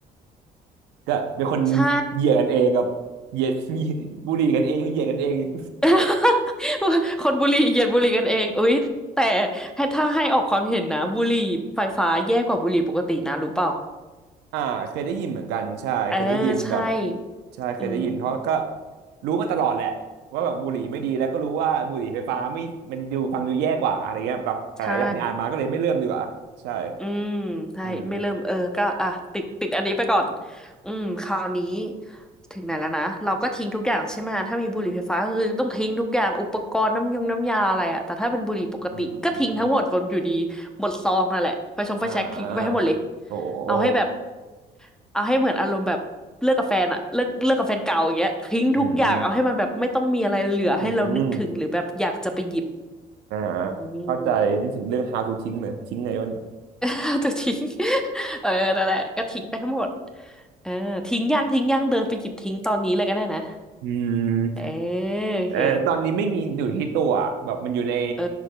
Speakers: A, on the right (about 85°); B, in the centre.
A: ก็เป็นคน
B: ใช่
A: เหยียดกันเองกับเหยียด <laughs> บุหรี่กันเองเหยียดกันเองอีก
B: <laughs> คนบุหรี่เหยียดบุหรี่กันเองอุ๊ยแต่ให้ถ้าให้ออกความเห็นนะบุหรี่ไฟฟ้าแย่กว่าบุหรี่ปกตินะรู้เปล่า
A: อ่าเคยได้ยินเหมือนกันใช่เคยได้ยินแบบ
B: เออใช่
A: ใช่เคยได้ยินเพราะก็
B: อืม
A: รู้มาตลอดแหละว่าแบบบุหรี่ไม่ดีแล้วก็รู้ว่าบุหรี่ไฟฟ้าไม่มันดูฟังดูแย่กว่าอะไรเงี้ยแบบหลายอย่างที่อ่านมาก็เลยไม่เริ่มดีกว่าใช่
B: ใช่อืมใช่ไม่เริ่มเออก็อ่ะติดติดอันนี้ไปก่อน
A: อืม
B: อืมคราวนี้ถึงไหนแล้วนะเราก็ทิ้งทุกอย่างใช่ไหมถ้ามีบุหรี่ไฟฟ้าก็คือต้องทิ้งทุกอย่างอุปกรณ์น้ำยงน้ำยาอะไรอะแต่ถ้าเป็นบุหรี่ปกติก็ทิ้งทั้งหมดบนอยู่ดีหมดซองนั่นแหละไฟชงไฟแช็กทิ้งไปให้หมดเลย
A: อืมอ่าอ่าโอ้โห
B: เอาให้แบบเอาให้เหมือนอารมณ์แบบเลิกกับแฟนอะเลิกเลิกกับแฟนเก่าอย่างเงี้ยทิ้งทุกอย่างเอาให้มันแบบไม่ต้องมีอะไรเหลือให้เรานึกถึงหรือแบบอยากจะไปหยิบ
A: อืมอืมอ่า
B: อืม
A: เข้าใจนึกถึงเรื่อง how to ทิ้งเลยทิ้งไงวะเนี่ย
B: <laughs> ตัวทิ้ง <laughs> เออนั่นแหละก็ทิ้งไปทั้งหมดเออทิ้งย่างทิ้งย่างเดินไปหยิบทิ้งตอนนี้เลยก็ได้นะ
A: อืม
B: เออโอเค
A: เออตอนนี้ไม่มีอยู่ที่ตัวอะแบบมันอยู่ใน
B: เอ